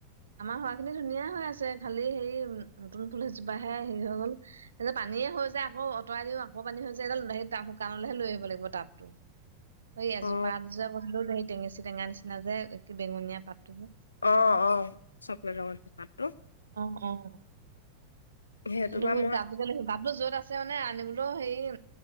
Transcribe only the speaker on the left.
অ
অ' অ' চকলেট ৰং পাতটো।
সেইটো
বা মই